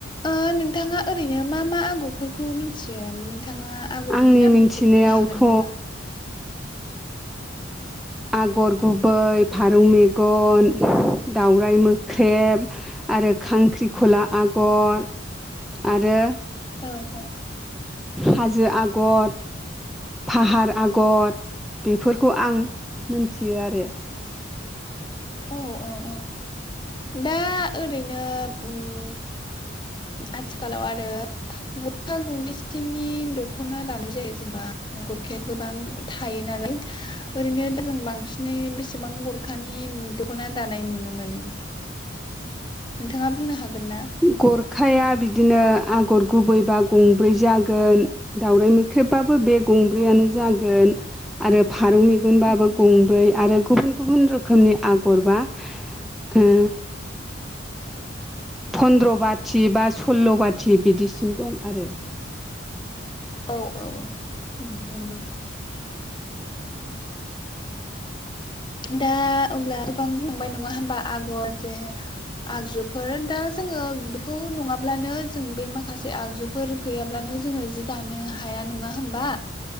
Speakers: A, on the left; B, in the centre.
A: ओ नोंथाङा ओरैनो मा मा आगरफोरखौ मिथियो नोंथाङा आगरनि
B: आंनि
A: नामफोरखौ
B: मिथिनायावथ'
A: बुंनो हागोन नामा?
B: आगर गुबै फारौ मेगन दावराइ मोख्रेब आरो खांख्रिखला आगर आरो
A: औ औ
B: हाजो आगद फाहार आगर बेफोरखौ आं मोनथियो आरो
A: औ औ औ दा ओरैनो उम आथिखालाव आरो गरखा गंबेसेनि दख'ना दानाय जायो जेनेबा ओ गरखाया गोबां थायो नालाय ओरैनो दा जों बांसिनै बेसेबां गरखानि दख'ना दानाय नुनो मोनो नोंथाङा बुंनो हागोन ना?
B: गरखाया बिदिनो आगर गुबैबा गंब्रै जागोन दावराइ मोख - ख्रेबबाबो बे गंब्रैयानो जागोन आरो फारौ मे - गनबाबो
A: उम उम
B: गंब्रै आरो गुबुन गुबुन रोखोमनि आगरबा ओ पन्द्र' बाथि बा सल्ल' बाथि बिदिसिम दं आरो
A: औ औ औ उम नोंगौ। दा अब्ला गोबां बुंलाबाय नङा होमबा आगर जे - आगजुफोर दा जोङो बेखौ नङाब्लानो जों बे माखासे आगजुफोर गैयाब्लानो जोङो जि दानो हाया नङा होमबा